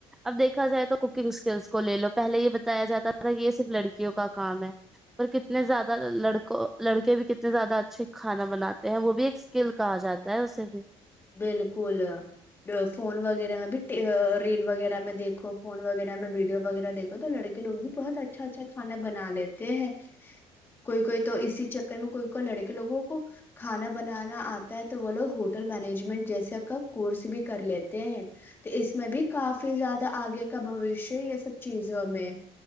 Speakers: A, in the centre; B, on the left.
A: اب دیکھا جائے تو کوکنگ اسکلس کو لے لو پہلے یہ بتایا جاتا تھا کہ یہ صرف لڑکیوں کا کام ہے اور کتنے زیادہ لڑکوں لڑکے بھی کتنے زیادہ اچھے کھانا بناتے ہیں وہ بھی ایک اسکل کہا جاتا ت اسے بھی
B: بالکل فون وغیرہ میں بھی ریل وغیرہ میں دیکو فون وغیرہ میں ویو وغیر دیکو تو لڑے کے لو بھی بہت اچھا اچھا کھا بناےتے ہیں کوئی کوئی تو اسی چکر میں کوئی کوئی لڑکے لوگوں کو کھانا بنانا آتا ہے تو وہ لو ہوٹل مینج جیس کس بھی کر لیتے ہیں تو اس میں بھی کافی زیادہ آگے کا بوشیہ یہ سب چیزوں میں